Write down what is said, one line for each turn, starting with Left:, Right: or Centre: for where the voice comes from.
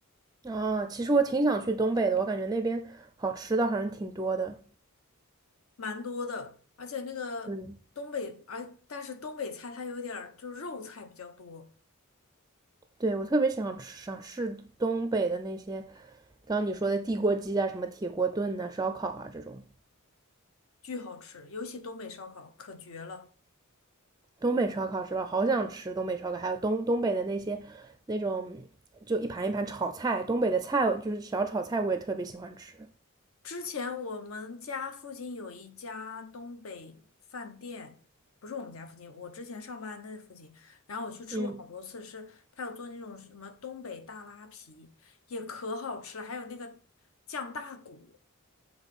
Right: 啊，其实我挺想去东北的，我感觉那边好吃的好像挺多的。
Left: 蛮多的，而且那个东北，
Right: 嗯，
Left: 而但是东北菜它有点儿就是肉菜比较多，
Right: 对，我特别想吃想试东北的那些，刚刚你说的地锅鸡啊，什么铁锅炖呐、烧烤啊这种。
Left: 巨好吃，尤其东北烧烤可绝了。
Right: 东北烧烤是吧？好想吃东北烧烤，还有东东北的那些那种就一盘一盘炒菜，东北的菜就是小炒菜，我也特别喜欢吃。
Left: 之前我们家附近有一家东北饭店，不是我们家附近，我之前上班那附近，然后我去吃过好多次，
Right: 嗯，
Left: 是他有做那种什么东北大拉皮，也可好吃了还有那个酱大骨。